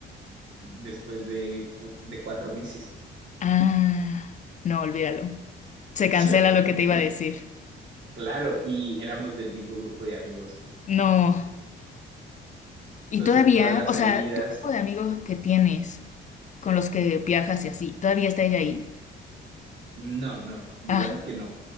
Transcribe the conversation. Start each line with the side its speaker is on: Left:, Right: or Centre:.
Right: después de, de cuatro meses.
Left: Ah, no, olvídalo. Se
Right: <laughs>
Left: cancela lo que te iba a decir.
Right: Claro, y éramos del mismo grupo de amigos.
Left: No.
Right: Entonces
Left: Y todavía,
Right: todas las
Left: o
Right: salidas,
Left: sea, tu grupo de amigos que tienes, con los que viajas y así, ¿todavía está ella ahí?
Right: no, no, digamos
Left: Ah,
Right: que no.